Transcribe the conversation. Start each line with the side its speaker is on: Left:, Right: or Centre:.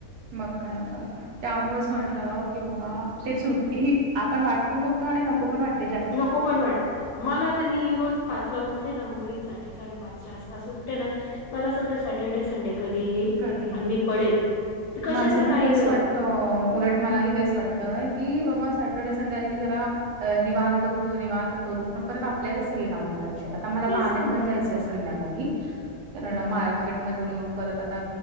Right: मग काय तर त्यामुळेच म्हंटलं की बाबा ते सुुट्ट आपण वाट पण बघतो आणि नको पण वाटत
Left: नको पण वाटते मला तर मी रोज पाच ला उठते ना मुलींसाठी साडेपाचच्या आसपास उठते ना मला असं वाटतं सॅटर्डे संडे कधी येईल
Right: कधी
Left: आणि मी पडेल तर कशाच
Right: माझं पण
Left: काय
Right: तेच
Left: ग
Right: उलट मलाही तेच वाटतय की बाबा सॅटर्डे संडे आले की जरा निवांत उठो निवांत करू पण परत आपल्यालाच सगळी कामं कराय शतात आता मला
Left: तेच
Right: बाहेर
Left: तर म्हण
Right: पण जायचंय संध्याकाळी कारण
Left: हं,
Right: मार्केटमधून मग परत आता